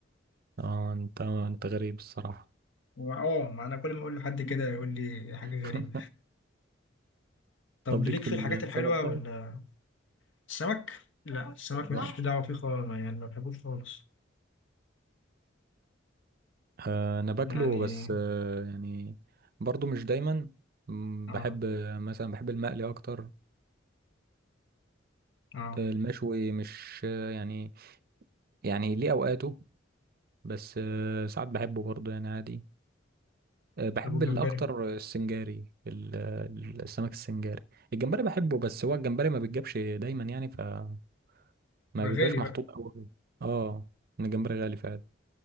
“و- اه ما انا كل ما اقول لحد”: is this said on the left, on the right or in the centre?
Left